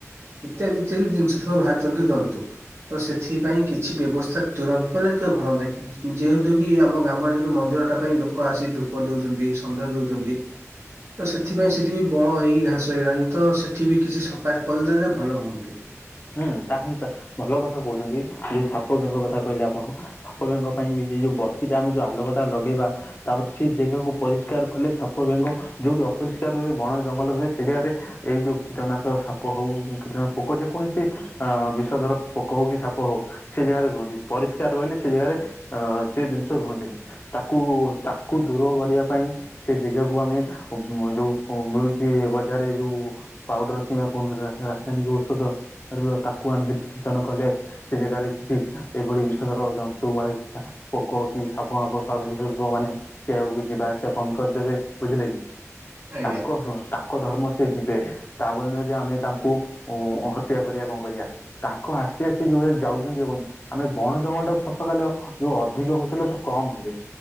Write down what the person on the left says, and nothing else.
ହୁଁ ତାହେଲେ ତ ଭଲ କଥା କହୁଛନ୍ତି ଯୋଉ ସାପ ବେଙ୍ଗ କଥା କହିଲେ ଆପଣ। ସାପ ବେଙ୍ଗ ପାଇଁ ବି ଏଇ ଯୋଉ ବତି ଟା ଆମେ ଯୋଉ ଆଲୋକଟା ଲଗେଇବା ତାପରେ ସେ ଜାଗାକୁ ପରିଷ୍କାର କଲେ ସାପ ବେଙ୍ଗ ଯୋଉଠି ଅପରିଷ୍କାର ହୁଏ ବଣ ଜଙ୍ଗଲ ରୁହେ ସେ ଜାଗାରେ ଏଇ ଯୋଉ କୀଟନାଶ ସାପ ହଉ କୀଟନାଶ ପୋକ ଯ କୌଣସି ଅ ବିଷ ଧର ପୋକ ହଉ କି ସାପ ହଉ ସେ ଜାଗାରେ ରୁହନ୍ତି ପରିଷ୍କାର ରହିଲେ ସେ ଜାଗାରେ ଅ ସେ ଜିନିଷ ରୁହନ୍ତିନି। ତାକୁ ତାଙ୍କୁ ଦୂର କରିବା ପାଇଁ ସେ ଜେଗାକୁ ଆମେ ଅ ମ ଯୋଉ ମିଳୁଛି ବଜାରରେ ଯୋଉ ପାଉଡର କିମ୍ବା କୌଣସି ରାସା ରାସାୟନିକ ଔଷଧ ତାକୁ ଆଣିକି ହେଠି ଛିଞ୍ଚନ କଲେ ସେ ଜାଗାରେ କିଛି ଏଇଭଳି ବିଷଧର ଜନ୍ତୁ ବା ସା ପୋକ କି ସାପଫାପ ସରିଶୃପ ମାନେ ସେ ଆଗକୁ ଯିବା ଆସିବା ବନ୍ଦ କରିଦେବେ ବୁଝିଲେ କି।
ତାଙ୍କ ଶୁଣ ତାଙ୍କ ଧର୍ମ ସେ ଯିବେ ତା ବୋଲି ନୁହେଁ ଯେ ଆମେ ତାଙ୍କୁ ଉ ହ ହତ୍ୟା କରିବା କଣ କରିବା ତାଙ୍କ ଆସି ଆସି ଯୋଉଭଳି ଯାଉଛନ୍ତି ଦେଖନ୍ତୁ ଆମେ ବଣ ଜଙ୍ଗଲ ଟାକୁ ସଫାକଲେ ଯୋଉ ଅଧିକ ହଉଥିଲେ ତ କମ ହେବେ।